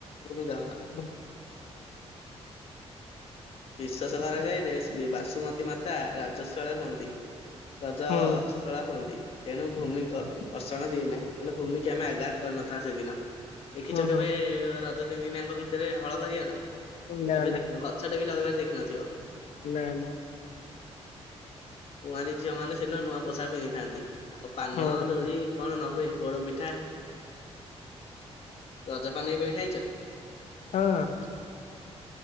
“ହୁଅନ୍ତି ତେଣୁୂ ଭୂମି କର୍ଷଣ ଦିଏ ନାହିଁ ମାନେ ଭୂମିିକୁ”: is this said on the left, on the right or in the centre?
Left